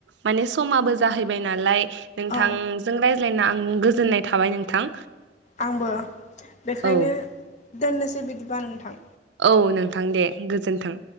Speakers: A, on the right; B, on the left.
A: माने समाबो जाहैबाय नालाय नोंथां
B: औ
A: जों रायज्लायना आं गोजोननाय थाबाय नोंथां।
B: आंबो बेखायनो
A: औ
B: दोननोसै बिदिबा नोंथां।
A: औ नोंथां दे गोजोन्थों।